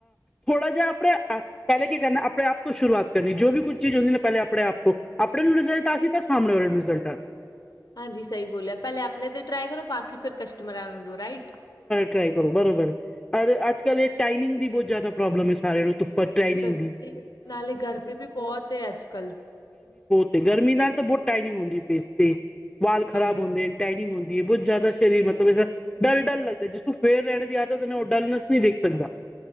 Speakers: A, on the left (about 15°); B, on the left (about 65°).
A: ਥੋੜਾ ਜਿਹਾ ਆਪਣੇ ਪਹਿਲੇ ਕੀ ਕਰਨਾ ਆਪਣੇ ਆਪ ਤੋਂ ਸ਼ੁਰੂਆਤ ਕਰਨੀ। ਜੋ ਵੀ ਕੁਝ ਚੀਜ਼ ਹੁੰਦੀ ਨਾ ਪਹਿਲੇ ਆਪਣੇ ਆਪ ਤੋਂ ਆਪਣੇ ਨੂੰ ਰਿਜ਼ਲਟ ਆ ਸੀ ਤਾਂ ਸਾਹਮਣੇ ਵਾਲੇ ਨੂੰ ਰਿਜ਼ਲਟ ਆ ਸੀ।
B: ਹਾਂਜੀ। ਸਹੀ ਬੋਲਿਆ ਪਹਿਲੇ ਆਪਣੇ ਟਰੀ ਕਰੋ ਬਾਕੀ ਕਸਟਮਰ ਨੂੰ ਦੋ ਰਾਇਟ
A: ਟ੍ਰਾਈ ਕਰੋ ਬਰਾਬਰ। ਅੱਜ ਕੱਲ ਟਾਈਮਿੰਗ ਦੀ ਬਹੁਤ ਜ਼ਿਆਦਾ ਪ੍ਰੋਬਲਮ ਹੈ ਸਾਰਿਆਂ ਨੂੰ ਟਾਈਮਿੰਗ
B: ਸੱਚੀ
A: ਦੀ।
B: ਨਾਲੇ ਗਰਮੀ ਵੀ ਬਹੁਤ ਅੱਜ ਕੱਲ।
A: ਤੇ ਗਰਮੀ ਨਾਲ ਤਾਂ ਬਹੁਤ ਟਾਈਨਿੰਗ ਹੁੰਦੀ ਫੇਸ ਤੇ ਬਾਲ ਖਰਾਬ
B: ਹਾਂਜੀ,
A: ਹੁੰਦੇ ਟਾਈਨਿੰਗ ਹੁੰਦੀ। ਬਹੁਤ ਜ਼ਿਆਦਾ ਸ਼ਰੀਰ ਮਤਲਬ ਐਸਾ ਡਰ ਲੱਗਦਾ ਜਿਸ ਤੂੰ ਫੇਰ ਰਹਿਣ ਦੀ ਆਦਤ ਨੇ ਉਹ ਡਲਨੈਸ ਨਹੀਂ ਦੇਖ ਸਕਦਾ।